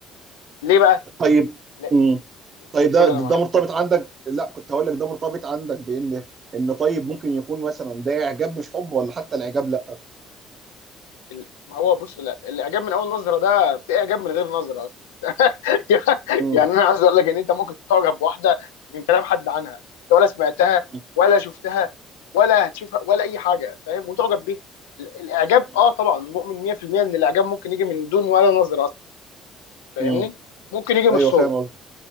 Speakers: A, on the left (about 75°); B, on the right (about 45°).
A: ليه بقى
B: طيب
A: لا
B: مم. طيب ده
A: قول
B: ده
A: انا معاك
B: مرتبط عندك لا كنت هقول لك ده مرتبط عندك بان ان طيب ممكن يكون مثلا ده اعجاب مش حب ولا حتى الاعجاب لا
A: ال- ما هو بص لا الاعجاب من اول نظره ده في اعجاب من غير نظره اصلا <laughs>
B: مم.
A: يعني انا عايز اقول لك ان انت ممكن تعجب بواحده من كلام حد عنها انت ولا سمعتها
B: مم.
A: ولا شفتها ولا هتشوفها ولا اي حاجه فاهم وتعجب بيها ال- الاعجاب
B: مم.
A: اه طبعا مؤمن 100% ان الاعجاب ممكن يجي من دون ولا نظره اصلا فاهمني
B: مم.
A: ممكن يجي من
B: ايوه
A: الصوت
B: فاهم قصدي